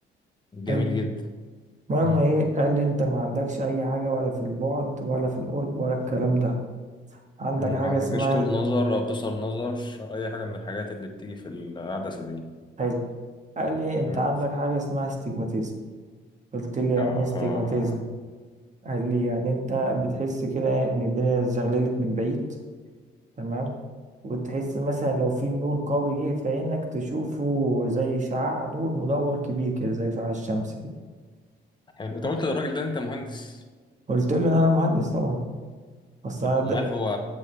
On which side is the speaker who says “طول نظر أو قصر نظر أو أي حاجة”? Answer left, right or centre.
Left